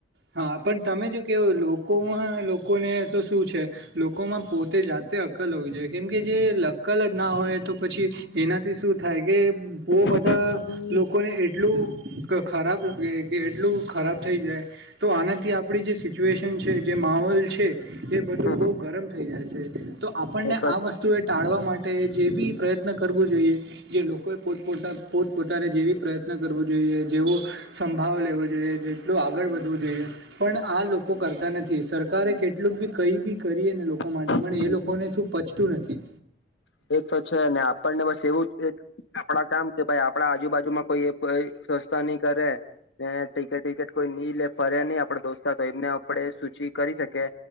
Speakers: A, on the right; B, on the left.
A: હા પણ તમે જો કેવ લોકોમાં લોકોને તો શું છે, લોકોમાં પોતે જાતે અક્કલ હોવી જોઈએ, કેમ કે જે અક્કલ જ ના હોય તો પછી એનાથી શું થાય કે બોવ
B: એ
A: બધા
B: બધું
A: લોકોને એટલું ખરાબ લાગે કે એટલું ખરાબ થઈ જાય તો આનાથી આપણી જે સિચ્યુએશન છે, જે માહોલ છે એ બધું
B: હમ
A: બહું ગરમ થઈ જાય છે તો આપણને
B: એટલો
A: આ વસ્તુ એ ટાળવા મા તે જે બી પ્રયત્ન કરવું જોઈએ જે લોકોએ પોતપોતા પોતપોતાને જેવી પ્રયત્ન કરવો જોઈ એ જેવો સંપ ભાગ લેવો જોઈએ જેટલું આગળ વધવું જોઈએ પણ આ લોકો કરતા નથી, સરકારે કેટલુંક બી કઈ બી કરીએ ને લોકો માટે
B: જ
A: પણ એ લોકોને શું પચતું નથી.
B: એ તો છે ને આપણને બસ એવું જ કે આપણા કામ કે ભાઈ આપણા આજુબાજુમાં કોઈ એ સસ્તા નહી કરે ને ટિકેટ વિકેટ કોઈ ની લે ફરે ની આપડે રોજ ના ટાઇમે આપડે સૂચિ કરી શકીએ